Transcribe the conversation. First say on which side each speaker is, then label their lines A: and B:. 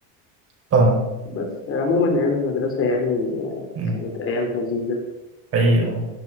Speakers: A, on the right; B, on the left.
A: فاهمك
B: بس عموما أيام المدرسة يعني آه،
A: امم
B: كانت أيام لذيذة
A: حقيقي